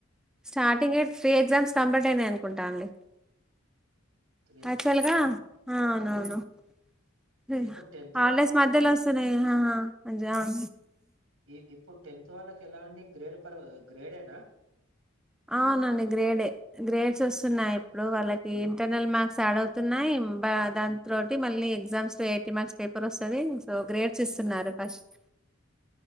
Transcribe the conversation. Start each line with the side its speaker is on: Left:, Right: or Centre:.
Centre: స్టార్టింగె ఫ్రీ ఎగ్జామ్స్ కంబటేనే అనుకుంటా అండి
Right: త్రీ ఎగ్జామ్సా
Centre: ఆక్టుల్ గా అనుఅవును హ్
Right: ఇప్పుడు టెన్త్
Centre: హాలడేస్
Right: వాళ్ళకు
Centre: మధ్యలో వస్తున్నాయ్ హా జాం
Right: ఈ ఇప్పుడు టెన్త్ వాళ్ళకి ఎలాండి గ్రేడ్ పడవ్గ గ్రేడెనా
Centre: అవునండి గ్రేడే గ్రేడ్స్ వస్తున్నాయి
Right: ఆ,
Centre: ఇప్పుడు వాళ్ళకి ఏం ఇంటర్నల్ మార్క్స్ యాడ్ అవుతున్నాయి బ దాంట్రోటి మళ్ళీ ఎగ్జామ్స్ ఎయిటీ మార్క్స్ పేపర్ వస్తుంది సో ఓ గ్రేడ్సిస్తున్నారు ఫస్ట్